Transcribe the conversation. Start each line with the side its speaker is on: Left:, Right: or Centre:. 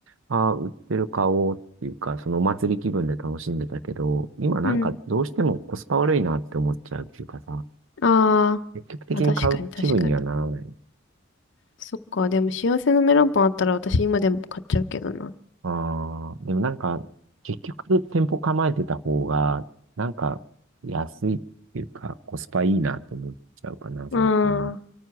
Right: ああ、売ってる買おうっていうか、そのお祭り気分で楽しんでたけど、今なんかどうしてもコスパ悪いなって思っちゃうっていうかさ、
Left: うん。ああ。
Right: 積極的に買う気分にはならない。
Left: まあ確かに確かに。そっか、でも幸せのメロンパンあったら私今でも買っちゃうけどな。
Right: ああ、でもなんか、結局店舗構えてた方が、なんか安いっていうか、コスパいいなって思っちゃうかな、最近は。
Left: ああ、